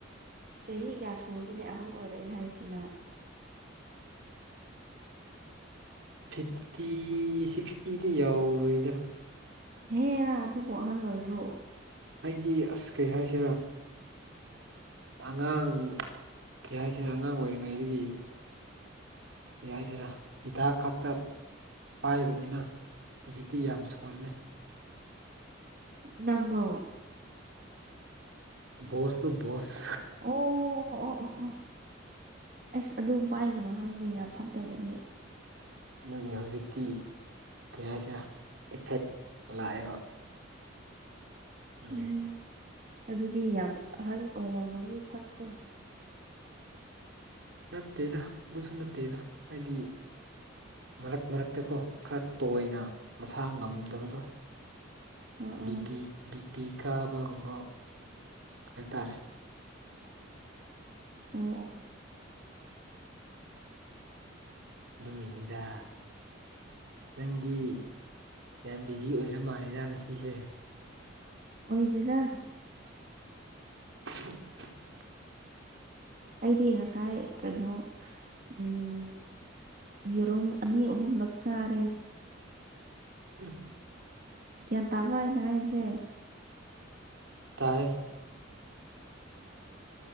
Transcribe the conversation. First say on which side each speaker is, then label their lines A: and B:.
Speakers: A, on the right; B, on the right.
A: ꯆꯍꯤ ꯀꯌꯥ ꯁꯨꯔꯒꯦꯅꯦ ꯑꯍꯟ ꯑꯣꯏꯔꯛꯏ ꯍꯥꯏꯁꯤꯅ
B: ꯐꯤꯞꯇꯤ ꯁꯤꯛꯁꯇꯤꯗꯤ ꯌꯥꯎꯔꯣꯏꯗ
A: ꯍꯦꯔꯥ ꯑꯗꯨꯕꯨ ꯑꯍꯜ ꯑꯣꯏꯕ꯭ꯔꯣ
B: ꯑꯩꯗꯤ ꯑꯁ ꯀꯩ ꯍꯥꯏꯁꯤꯔꯥ ꯑꯉꯥꯡ ꯀ꯭ꯔꯤ ꯍꯥꯏꯁꯤꯔꯥ ꯑꯉꯥꯡ ꯑꯣꯏꯔꯤꯉꯩꯗꯒꯤ ꯀꯔꯤ ꯍꯥꯏꯁꯤꯔ ꯍꯤꯗꯥꯛ ꯈꯛꯇ ꯄꯥꯏꯕꯅꯤꯅ ꯍꯧꯖꯤꯛꯇꯤ ꯌꯥꯝ ꯁꯣꯜꯂꯦ
A: ꯅꯪꯂꯣ
B: ꯕꯣꯁ ꯇꯨ ꯕꯣꯁ
A: ꯑꯣ ꯑꯣ ꯑꯣ ꯑꯣ ꯑꯁ ꯑꯗꯨ ꯄꯥꯏꯒꯅꯣ ꯍꯥꯏꯕꯅꯦ ꯌꯥꯝ ꯐꯠꯇꯕꯗꯤ
B: ꯑꯗꯨꯒꯤ ꯍꯧꯖꯤꯛꯇꯤ ꯀꯩ ꯍꯥꯏꯁꯤꯔꯥ ꯏꯐꯦꯠ ꯂꯥꯛꯑꯦꯕ <unintelligible>
A: ꯎꯝ ꯑꯗꯨꯗꯤ ꯌꯥꯝ ꯑꯍꯟ ꯑꯣꯏꯔꯝꯃꯅꯤ ꯁꯛꯇꯣ
B: ꯅꯠꯇꯦꯗ ꯑꯗꯨꯁꯨ ꯅꯠꯇꯦꯗ ꯍꯥꯏꯗꯤ ꯃꯔꯛ ꯃꯔꯛꯇꯀꯣ ꯈ꯭ꯔ ꯇꯣꯏꯅ ꯃꯁꯥ ꯉꯝꯗꯕꯗꯣ
A: ꯑ ꯑ
B: ꯕꯤꯄꯤ
A: ꯑꯣ
B: ꯕꯤꯄꯤ ꯀꯥꯕꯒꯨꯝꯕ ꯍꯥꯏꯇꯥꯔꯦ
A: ꯑꯣ
B: ꯑꯗꯨꯒꯤꯅꯤꯗ ꯅꯪꯗꯤ ꯌꯥꯝ ꯕꯤꯖꯤ ꯑꯣꯏꯔ ꯃꯥꯜꯂꯤꯗ ꯉꯁꯤꯁꯦ
A: ꯑꯣꯏꯗꯦꯗ
B: ꯍ
A: ꯑꯩꯗꯤ ꯉꯁꯥꯏ ꯀꯩꯅꯣ ꯎꯝ ꯌꯦꯔꯨꯝ ꯑꯅꯤ ꯑꯍꯨꯝꯂꯛ ꯆꯥꯔꯦ
B: <unintelligible>
A: ꯒ꯭ꯌꯥꯟ ꯇꯥꯕ꯭ꯔꯥ ꯑꯩꯅ ꯍꯥꯏꯕꯁꯦ
B: ꯇꯥꯏꯌꯦ